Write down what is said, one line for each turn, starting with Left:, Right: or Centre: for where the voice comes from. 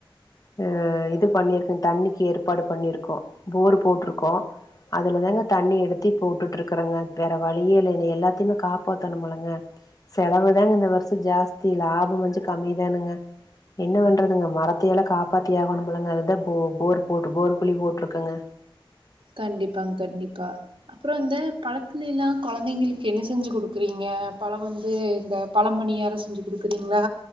Left: ஆ இது பண்ணிருக்கோ தண்ணிக்கு ஏற்பாடு பண்ணிருக்கோ போர் போட்ருக்கோ அதுலதாங்க தண்ணி எடுத்து போட்டுட்டு இருக்ரொங்க வேற வழியே இல்லங்க எல்லாத்தையுமே காப்பாத்தணு முல்லங்க செலவு தாங்க இந்த வருஷ ஜாஸ்தி லாபம் கொஞ்ச கம்மி தானுங்க என்ன பண்றதுங்க மரத் தியல்லா காப்பாத்தியாகணு முல்லங்க அதுதா போ போர் போட்டு போர் குலி போட்ருக்கங்க
Right: கண்டிப்பாங்க கண்டிப்பா அப்ரொ வந்து பழத்துல எல்லா கொழந்தைங்ளுக்கு என்ன செஞ்சு குடுக்குறீங்க பழ வந்து இந்த பழம் பணியாரம் செஞ்சு குடுக்குறீங்களா